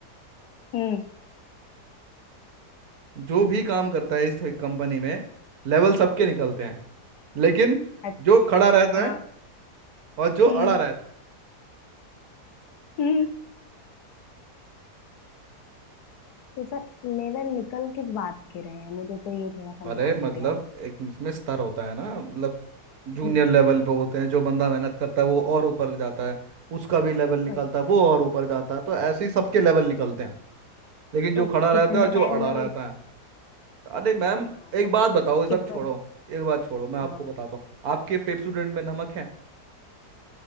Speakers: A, on the left; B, on the right.
A: हम्म
B: जो भी काम करता है इस कंपनी में लेवल सबके निकलते हैं लेकिन
A: अच्छा
B: जो खड़ा रहता
A: हाँ
B: है और जो
A: हम्म
B: अड़ा रहता
A: हम्म तो सर लेवल निकल किस बात के रहे हैं मुझे तो ये थोड़ा समझा
B: है अरे
A: दीजिए
B: मतलब
A: आप
B: एक इसमें स्तर होता है ना मतलब जूनियर
A: हम्म,
B: लेवल पे होते हैं जो बंदा मेहनत करता है वो और ऊपर जाता है उसका भी लेवल निकलता
A: अच्छा।
B: है वो और ऊपर जाता है तो ऐसे ही सबके लेवल निकलते हैं लेकिन जो
A: तो
B: खड़ा
A: कितने
B: रहता है और
A: टाइम
B: जो अड़ा
A: में वो
B: रहता है अरे मैम
A: हाँ
B: एक
A: तो कितना
B: बात बताओ ये सब छोड़ो एक बात छोड़ो मैं आपको
A: हाँ
B: बताता हूँ आपके पेप स्टूडेंट में नमक है